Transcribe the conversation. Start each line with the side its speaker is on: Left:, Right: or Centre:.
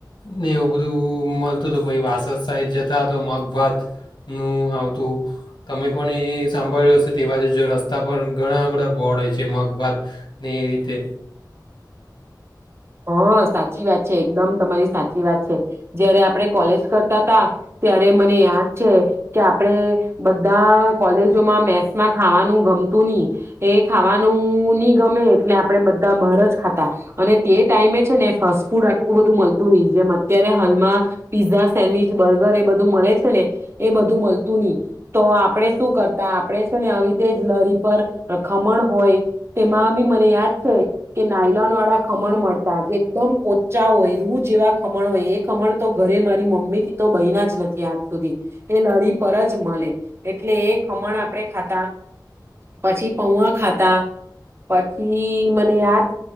Left: ને એવું બધું મલ મલતું તો પછી વાસદ સાઇડ જતા તો મગભાતનું આવતું તમે પણ એ સાંભળ્યું હશે તે બાજુ જો રસ્તા પર ઘણા બધા બોડ હોય છે મગભાતને એ રીતે
Right: હા સાચી વાત છે. એકદમ તમારી સાચી વાત છે. જયારે આપ આપણે કોલેજ કરતા તા ત્યારે મને યાદ છે કે આપણે બધા કોલેજોમાં મેસમાં ખાવાનું ગમતું નહી. એ ખાવાનું નહી ગમે એટલે આપણે બધા બાર જ ખાતા અને તે ટાઈમે છે ને ફાસ્ટ ફૂડ આટલું બધું મળતું નહી જેમ અત્યારે હાલમાં પીઝા, સેન્ડવીચ, બર્ગર એ બધું મળે છે ને એ બધું મળતું નહી તો આપણે શું કરતા આપણે છે ને આવીતે જ લારી પર ખમણ હોય તેમાં બી મને યાદ છે કે નાયલોન વાળા ખમણ મળતા. જે એકદમ પોચા હોય રૂ જેવા ખમણ હોય એ ખમણ તો ઘરે મારી મમ્મી થી તો બય ના જ નથી આજ સુધી એ લારી પર જ મળે એટલે એ ખમણ આપડે ખાતા પછી પૌવા ખાતા પછી મને યાદ